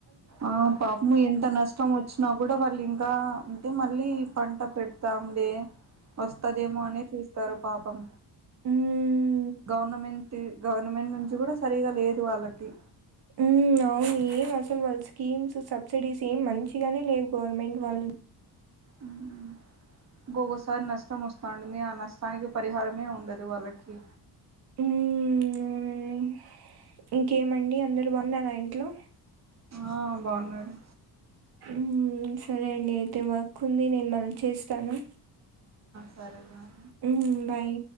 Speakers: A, on the right; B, on the right.
A: ఆ పాపము ఎంత నష్టం వచ్చినా కూడా వాళ్ళు ఇంకా అయితే మళ్ళీ పంట పెడతాం లే వస్తదేమో అని చూస్తారు పాపం
B: ఉమ్
A: గవర్నమెంట్ గవర్నమెంట్ నుంచి కూడా సరిగా లేదు వాళ్ళకి
B: హ్మ్. అవును ఏం అసలు వాళ్ళ స్కీమ్స్ సబ్సిడీస్ ఏం మంచిగానే లేవు గవర్నమెంట్ వాళ్
A: ఉమ్ ఇంగగోసారి నష్టం వస్తాంటుంది ఆ నష్టానికి పరిహారమే ఉండదు వాళ్ళకి
B: ఉమ్మ్ మ్ ఇంకేమండి అందరు బన్నారా ఇంట్లో
A: ఆ బన్నారు
B: ఉమ్ సరే అండి అయితే వర్క్ ఉంది నేను మల్ చేస్తాను
A: సెరెనా
B: ఉమ్ బాయ్